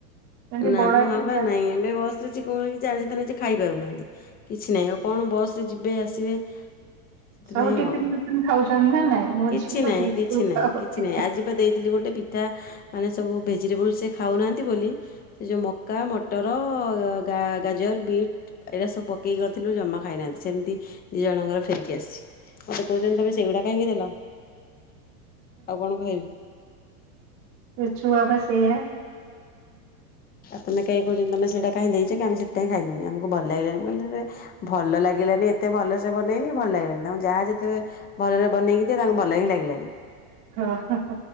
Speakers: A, on the right; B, on the left.
A: ମାନେ ଟିକେ
B: ନାମ
A: ବଡ ହେଇଗଲେ
B: ଆ ହବ ନାଇଁ ଏବେ ବସ ରେଛି <unintelligible> ଖାଇ ପାରୁନାହାନ୍ତି। କିଛି ନାହିଁ ଆଉ କଣ ବସ ରେ ଯିବେ ଆସିବେ। ସେଥିପାଇଁ
A: ସବୁ ଟିଫିନ୍
B: ଆଉ।
A: ଫିପିନ୍ ଖାଉଛନ୍ତି ନା ନାଇଁ। ମୋ
B: କିଛି
A: ଝିଅ ତ
B: ନାଇଁ
A: ବିଲକୁଲ
B: କିଛି ନାଇଁ
A: ଖାଉନି।
B: କିଛି ନାଇଁ ଆଜି ବା ଦେଇଥିଲି ଗୋଟେ ପିଠା ମାନେ ସବୁ ଭେ ଭେଜିଟେବଲ୍ ସେ ଖାଉନାହାନ୍ତି ବୋଲି ସେ ଯେଉଁ ମକା ମଟର ଗା ଗାଜର ବିଟ୍ ଏଇଟା ସବୁ ପକେଇ କର ଜମା ଖାଇନାହାନ୍ତି ସେମିତି ଦି ଜଣଙ୍କର ଫେରିକି ଆସିଛି। ମତେ କହୁଛନ୍ତି ତମେ ସେଇଗୁଡା କାହିଁକି ଦେଲ? ଆଉ କଣ କହିବି।
A: ଦେ ଛୁଆ ବା ସେଇଆ।
B: ଆଉ ତମେ କେହି କହୁଛନ୍ତି। ତମେ ସେଇଟା କାଇଁ ଦେଇ ଆମେ ସେଥିପାଇଁ ଖାଇଲୁନି। ଆମକୁ ଭଲ ଲାଗିଲାନି କହିଲ ଭଲ ଲାଗିଲାନି ଏତ ଭଲ ସେ ବନେଇଲେ ଭଲ ଲାଗିଲାନି। ଆ ଯାହା ଯେତେବେଳେ ଭଲରେ ବନେଇକି ଦିଏ ତାଙ୍କୁ ଭଲ ହିଁ ଲାଗିଲାଣି।
A: ହଁ ହଁ।